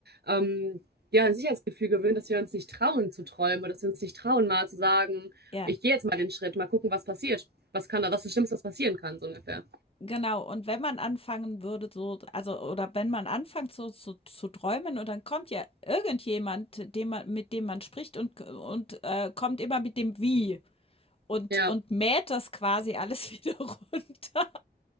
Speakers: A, on the right; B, on the left.
A: ähm, ja, Sicherheitsgefühl gewöhnt, dass wir uns nicht trauen zu träumen oder dass wir uns nicht trauen, mal zu sagen,
B: ja,
A: ich gehe jetzt mal den Schritt, mal gucken, was passiert. Was kann da, was ist das Schlimmste, was passieren kann, so ungefähr.
B: genau. Und wenn man anfangen würde, so, also, oder wenn man anfängt, so, so zu träumen, und dann kommt ja irgendjemand, dem man, mit dem man spricht und, und äh, kommt immer mit dem Wie. und,
A: Ja,
B: und mäht das quasi alles <laughs> wieder runter.